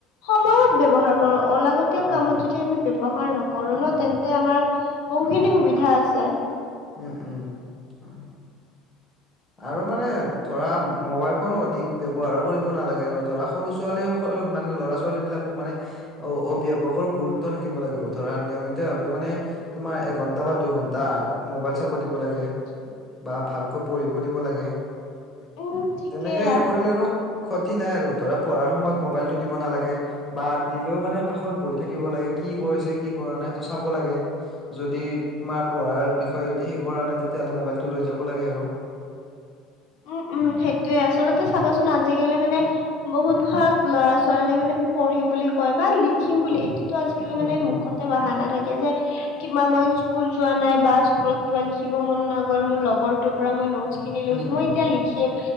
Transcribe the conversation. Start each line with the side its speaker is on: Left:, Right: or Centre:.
Left: সময়ত ব্যৱহাৰ কৰোঁ অলাগতিয়াল
Centre: হয়
Left: কামত
Centre: হয়
Left: যদি', যদি আমি ব্যৱহাৰ নকৰোঁ ন তেন্তে আমাৰ বহুখিনি সুবিধা আছে',
Centre: উম', - উম', - হয়', আৰু মানে ধৰা মোবাইল ফোন অধিক ব্যৱহাৰো কৰিব নালাগে আৰু ধৰা', সৰু ছোৱালী সকল মানে ল'ৰা - ছোৱালী বিলাকো মানে', অ', - অভিভাৱকৰ গুৰুত্ব থাকিব লাগিব ধৰা নিয়মিতভাৱে মানে', তোমাৰ এঘন্টা বা দুই ঘন্টা মোবাইল চাব দিব লাগে',
Left: উম',
Centre: বা ভালকৈ পঢ়িব দিব লাগে,
Left: উম ঠিকেই
Centre: তেনেকে হে কৰিলে আৰু', ক্ষতি নাই আৰু ধৰা পঢ়াৰ সময়ত মোবাইলটো দিব নালাগে। বা দিলেও মানে কাষত বহি থাকিব লাগে কি কৰিছে কি কৰা নাই সেইটো চাব লাগে। যদি তোমাৰ পঢ়াৰ বিষয়ে যদি সেই কৰা নাই তেতিয়াহলে মোবাইলটো লৈ যাব লাগে আৰু
Left: উম উম সেইটোৱে আচলতে চাবাচোন আজিকালি মানে। বহুত ভাগ ল'ৰা ছোৱালীয়ে মানে পঢ়িম বুলি কয় বা লিখিম বুলি এইটো, টো আজিকালি
Centre: উম
Left: মানে
Centre: উম
Left: মুখতে বহানা থাকে যে, কিবা মই স্কুল যোৱা নাই বা স্কুলত কিবা লিখিব মন নগ'ল মোৰ লগৰ ত পৰা মই নত খিনি লৈছো
Centre: উম উম
Left: মই এতিয়া লিখিম,